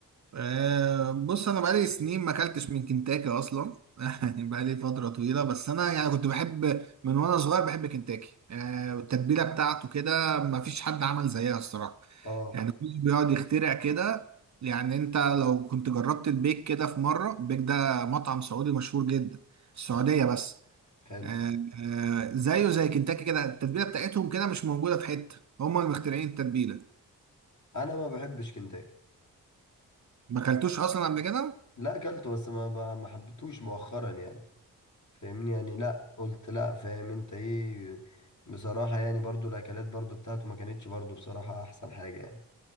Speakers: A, on the right (about 45°); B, on the left (about 50°).
A: أه بص انا بقالي سنين ما اكلتش من كنتاكي اصلا <laughs> يعني بقالي فتره طويله بس انا يعني كنت بحب من وانا صغير بحب كنتاكي أه والتتبيله بتاعته كده ما فيش حد عمل زيها الصراحه
B: اه
A: يعني كله بيقعد يخترع كده يعني انت لو كنت جربت البيك كده في مره البيك ده مطعم سعودي مشهور جدا في السعوديه بس
B: حلو
A: أه أه زيه زي كنتاكي كده التتبيله بتاعتهم كده مش موجوده في حته هم اللي مخترعين التتبيله
B: انا ما بحبش كنتاكي
A: ما اكلتوش اصلا قبل كده
B: لا اكلته بس ما ما ما حبيتهوش مؤخرا يعني فاهمني يعني لا قلت لا فاهم انت ايه بصراحة يعني برضو الاكلات برضو بتاعته ما كانتش برضو بصراحة احسن حاجة يعني